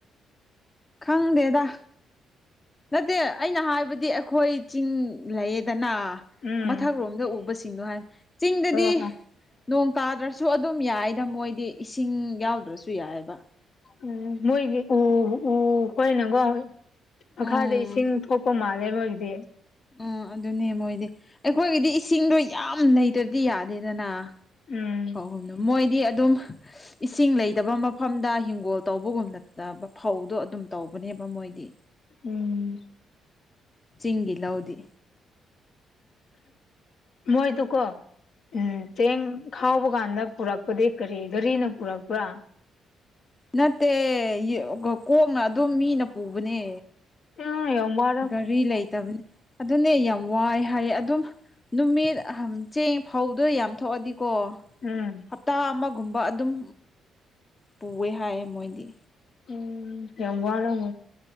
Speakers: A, on the left; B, on the left.
A: ꯈꯪꯗꯦꯗ ꯅꯠꯇꯦ ꯑꯩꯅ ꯍꯥꯏꯕꯗꯤ ꯑꯩꯈꯣꯏ ꯆꯤꯡ ꯂꯩꯌꯦꯗꯅ
B: ꯎꯝ
A: ꯃꯊꯛꯔꯣꯝꯗ ꯎꯕꯁꯤꯡꯗꯣ ꯍꯥꯏ ꯆꯤꯡꯗꯗꯤ
B: ꯑꯣ
A: ꯅꯣꯡ ꯇꯥꯗ꯭ꯔꯁꯨ ꯑꯗꯨꯝ ꯌꯥꯏꯗ ꯃꯣꯏꯗꯤ ꯏꯁꯤꯡ ꯌꯥꯎꯗ꯭ꯔꯁꯨ ꯌꯥꯏꯑꯕ
B: ꯎꯝ ꯃꯣꯏꯒꯤ ꯑꯣ ꯑꯣ ꯀꯣꯏꯅꯪꯒꯣ ꯃꯈꯥꯗ
A: ꯎꯝ
B: ꯏꯁꯤꯡ ꯊꯣꯛꯄ ꯃꯥꯜꯂꯦ ꯃꯣꯏꯒꯤꯗꯤ
A: ꯎꯝ ꯑꯗꯨꯅꯦ ꯃꯣꯏꯗꯤ ꯑꯩꯈꯣꯏꯒꯤꯗꯤ ꯏꯁꯤꯡꯗꯣ ꯌꯥꯝ ꯂꯩꯇ꯭ꯔꯗꯤ ꯌꯥꯗꯦꯗꯅ
B: ꯎꯝ
A: ꯍꯣꯏ ꯍꯅ ꯃꯣꯏꯗꯤ ꯑꯗꯨꯝ ꯏꯁꯤꯡ ꯂꯩꯇꯕ ꯃꯐꯝꯗ ꯍꯤꯡꯒꯣꯜ ꯇꯧꯕꯒꯨꯝꯅꯠꯇꯕ ꯐꯧꯗꯣ ꯑꯗꯨꯝ ꯇꯧꯕꯅꯦꯕ ꯃꯣꯏꯗꯤ
B: ꯎꯝ
A: ꯆꯤꯡꯒꯤ ꯂꯧꯗꯤ
B: ꯃꯣꯏ ꯇꯨ ꯀ ꯎꯝ ꯆꯦꯡ ꯈꯥꯎꯕ ꯀꯥꯟꯗ ꯄꯨꯔꯛꯄꯗꯤ ꯀꯔꯤ ꯒꯥꯔꯤꯅ ꯄꯨꯔꯛꯄ꯭ꯔꯥ
A: ꯅꯠꯇꯦ ꯀꯣꯛꯅ ꯑꯗꯨꯝ ꯃꯤꯅ ꯄꯨꯕꯅꯦ
B: ꯑ ꯌꯧ ꯃꯥ
A: ꯒꯥꯔꯤ ꯂꯩꯇꯕꯅꯦ ꯑꯗꯨꯅꯦ ꯌꯥꯝ ꯋꯥꯏ ꯍꯥꯏꯌꯦ ꯑꯗꯨꯝ ꯅꯨꯃꯤꯠ ꯆꯦꯡ ꯐꯥꯎꯗꯣ ꯌꯥꯝ ꯊꯣꯛꯑꯗꯤꯀꯣ
B: ꯎꯝ
A: ꯍꯞꯇꯥ ꯑꯃꯒꯨꯝꯕ ꯑꯗꯨꯝ ꯄꯨꯑꯦ ꯍꯥꯏꯌꯦ ꯃꯣꯏꯗꯤ
B: ꯎꯝ ꯇ ꯋꯥꯔ